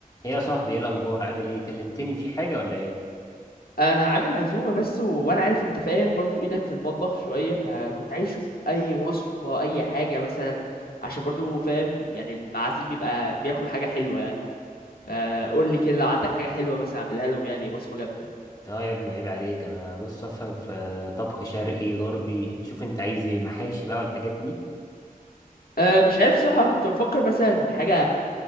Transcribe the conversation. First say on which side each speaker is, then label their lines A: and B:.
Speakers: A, on the left (about 25°); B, on the left (about 80°).
A: ايه يا صاحبي ايه الاخبار عامل ايه كلمتني في حاجه ولا ايه
B: انا عامل عزومه بس و... وانا عارف انت فاهم برضو ايدك في المطبخ شويه فكنت عايز اشوف اي وصفه اي حاجه مثلا عشان برضو فاهم يعني المعازيم يبقى بياكلوا حاجه حلوه يعني فقول لي كده لو عندك حاجه حلوه مثلا اعملها لهم يعني وصفه جامده
A: اه يا ابني عيب عليك انا بص افهم في طبخ شرقي غربي شوف انت عايز ايه محاشي بقى والحاجات دي
B: أه مش عارف صراحه كنت بفكر مثلا حاجه